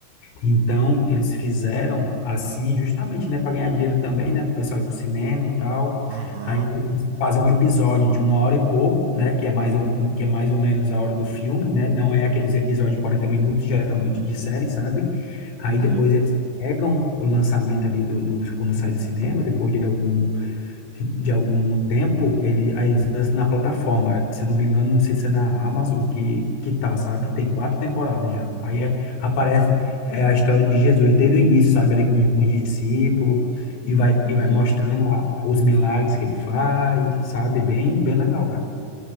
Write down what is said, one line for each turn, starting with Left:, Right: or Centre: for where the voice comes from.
Left: Então, eles fizeram assim, justamente, né, para ganhar dinheiro também, né, para o pessoal ir para o cinema e tal.
Right: Aham,
Left: Aí eles fazem um episódio de uma hora e pouco, né, que é mais ou, que é mais ou menos a hora do filme, né, não é aqueles episódios de 40 minutos, geralmente de série, sabe? Aí
Right: uhum,
Left: depois eles pegam o lançamento ali do, do- quando sai do cinema, depois de algum, de algum tempo, ele, aí eles lançam na plataforma. Se eu não me engano, não sei se é na Amazon que, que tá, sabe? Tem quatro temporadas já. Aí é- aparece é, a história de Jesus desde o início, sabe? Ali com, com os discípulos, e vai,
Right: uhum.
Left: e vai mostrando a- os milagres que ele faz, sabe? Bem, bem legal, cara.